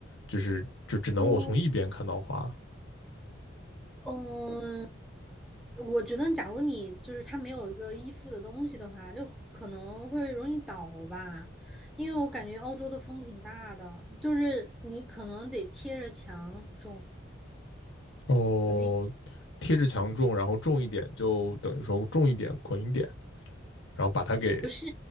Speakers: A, on the left (about 75°); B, in the centre.
A: 就是就只能我从一边看到花？
B: 都，嗯，我觉得假如你就是它没有一个依附的东西的话，就可能会容易倒吧，因为我感觉澳洲的风挺大的，就是你可能得贴着墙种，
A: 哦，
B: 就那。
A: 贴着墙种，然后种一点就等于说种一点捆一点，然后把它给
B: 不是